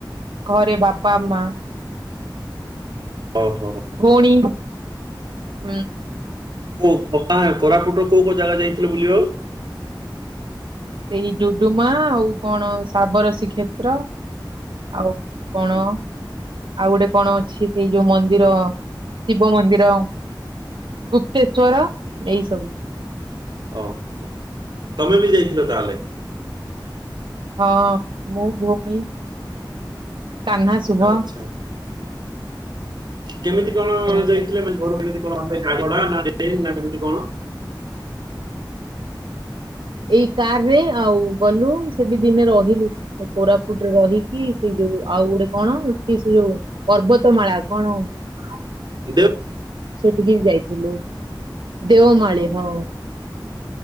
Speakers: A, on the right (about 80°); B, on the right (about 60°).
A: ଘରେ ବାପା ମା।
B: ଓହୋ
A: ଭଉଣି ହୁଁ।
B: କୋଉ କୋକା କୋରାପୁଟ କୋଉ କୋଉ ଜାଗା ଯାଇଥିଲେ ବୁଲିବାକୁ।
A: ସେଇ ଡୁଡୁମା ଆଉ କଣ ଶାବରସୀ କ୍ଷେତ୍ର। ଆଉ କଣ। ଆଉ ଗୋଟେ କଣ ଅଛି ସେଇ ଯୋଉ ମନ୍ଦିର ଶିବ ମନ୍ଦିର। ଗୁପ୍ତେଶ୍ଵର ଏଇ ସବୁ।
B: ଓହୋ ତମେ ବି ଯାଇଥିଲ ତାହେଲେ।
A: ହଁ ମୁଁ ଭଉଣୀ କାହ୍ନା ଶୁଭ।
B: ଆଚ୍ଛା କେମିତି କଣ
A: ଏଁ
B: ଯାଇଥିଲେ ମାନେ ଘରୁ କେମତି କଣ କାର୍ ଭଡ଼ା ନା ଟ୍ରେନ୍ ନା କେମିତି କଣ।
A: ଏଇ କାର ରେ ଆଉ ଗଲୁ। ସେଠି ଦିନେ ରହିଲୁ କୋରାପୁଟରେ ରହିକି ସେ ଯୋଉ ଆଉ ଗୋଟେ କଣ କି ସେ ଯୋଉ ପର୍ବତ ମାଳା କଣ
B: <inaudible>
A: ସେଠିକି ବି ଯାଇଥିଲୁ ଦେଓମାଳି ହଁ।